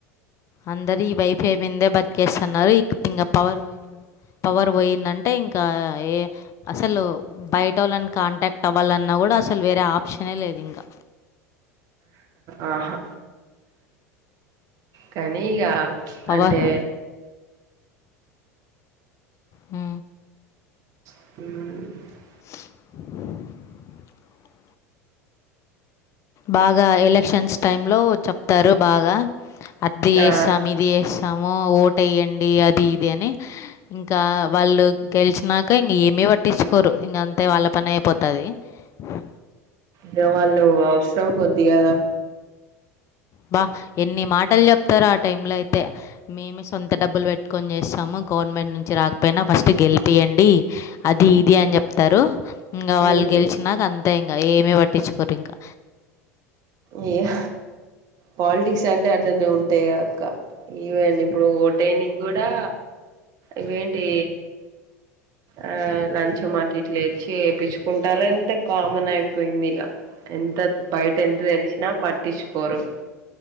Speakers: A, on the left; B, on the right.
A: అందరి ఈ వై పేమిందే బతికేస్తున్నారు. ఇ ఇంగ పవర్ పోయింది పవర్ పోయిందంటే ఇంకా ఏ అసలు బయట వోళ్ళని కాంటాక్ట్ అవ్వాలన్నా కూడా అసలు వేరే ఆప్షనే లేదు ఇంకా
B: ఆహా కానీ ఇగా
A: పవర్
B: అంటే
A: హ్
B: హ్
A: <inaudible> బాగా ఎలక్షన్స్ టైం లో చెప్తారు బాగా అది చేస్తాము
B: ఆ
A: ఇది చేస్తాము ఓటేయండి అది ఇది అని ఇంకా వాళ్ళు గెలిచినాక ఇంక ఏమి పట్టించుకోరు. ఇంక అంతే వాళ్ళ పని అయిపోతది అ
B: దా వాళ్ళు అవసరం కొద్ది కదా
A: అబ్బా ఎన్ని మాటలు చెప్తారు ఆ టైమ్ లో అయితే మేమే సొంత డబ్బులు పెట్టుకొని చేస్తాము. గవర్నమెంట్ నుంచి రాకపోయినా ఫస్ట్ గెలిపియండి. అది ఇది అని
B: మ్
A: చెప్తారు. ఇంకా వాళ్ళు
B: మ్ మ్
A: గెలిచినాక అంతా ఇంకా ఏమి పట్టించుకోరు ఇంకా
B: ఇహ పాలిటిక్స్ అంటే అట్లానే ఉంటాయి అక్క ఈవెన్ ఇప్పుడు ఓటేయానికి కూడా ఇవేంటి ఆ లంచం అటు ఇటు చేపించుకుంటలే అంత కామన్ అయిపోయింది. ఇగా అంతే బయట ఎంత తెలిసినా పట్టించుకోరు